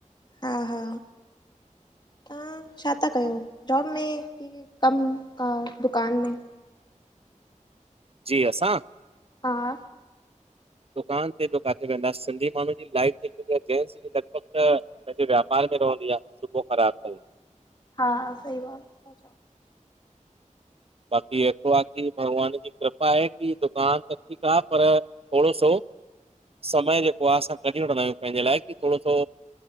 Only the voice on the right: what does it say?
जी असां
दुकान ते किथे वेंदासीं सिंधी माण्हुनि जी लाइ जेस लॻभॻि पंहिंजे व्यापार में रहंदी आहे सुबुह ख़राबु तथ
बाक़ी एत्रो आहे की भॻवान जी कृपा आहे की दुकान त ठीकु आहे पर थोरो सो समय जेको आहे असां कढी वठंदा आहियूं पंहिंजे लाइ कि थोरो सो